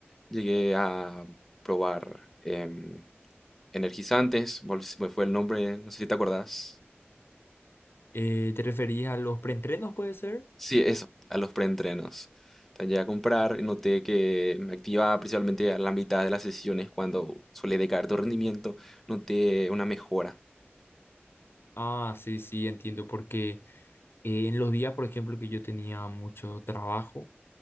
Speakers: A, in the centre; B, on the left (about 65°).
A: llegué a probar em, energizantes, vol- se me fue el nombre, no sé si te acordás.
B: Eh, ¿te referías a los preentrenos, puede ser?
A: Sí, eso, a los preentrenos. Entonces llegué a comprar y noté que me activaba principalmente a la mitad de las sesiones cuando suele decaer tu rendimiento, noté una mejora.
B: Ah, sí, sí, entiendo, porque eh, en los días, por ejemplo, que yo tenía mucho trabajo